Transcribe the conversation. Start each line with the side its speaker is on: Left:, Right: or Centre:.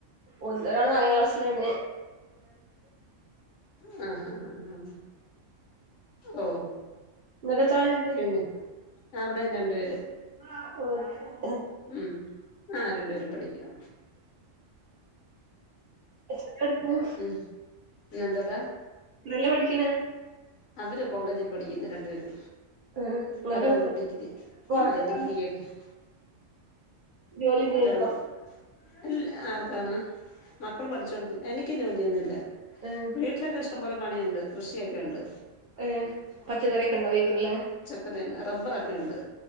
Right: ഒന്ന് ഒരാള് നാലാം ക്ലാസ്സ്ലാണ്
Left: ഹഹ ഹഹ ഹ ഓ
Right: എത്ര ആളുണ്ട്
Left: പിന്നെ അവിടേം രണ്ട് പേര്
Right: <unintelligible>
Left: ഉം ആ രണ്ടുപേരും പഠിക്കാ
Right: എത്ത്ക്കാട്ക്ക്ണ്
Left: ഉം പിന്നെന്താടാ
Right: എത്രേല പഠിക്കിണ്
Left: അവര് കോളേജിൽ പഠിക്കിന്ന് രണ്ടുപേരും
Right: ആഹ് നിങ്ങക്ക്
Left: ഒരാള് ഡിഗ്രി
Right: വർക്ക്
Left: ആ ഡിഗ്രി <unintelligible>
Right: ജോലി എന്തേലും
Left: ഒരാള്
Right: ഉണ്ടോ
Left: ഇൽ ആർക്കാണ് മക്കള് പഠിച്ചോണ്ട് എനിക്ക് ജോലിയൊന്നുല്ല
Right: ഏഹ്
Left: വീട്ടിലൊക്കെ ഇഷ്ടംപോലെ പണിയുണ്ട് കൃഷിയൊക്കെയുണ്ട്
Right: ഏ പച്ചക്കറിയൊക്കെ ഉണ്ടാവൊയ്ക്കാരം ലെ
Left: <unintelligible> റബ്ബറൊക്കെയുണ്ട്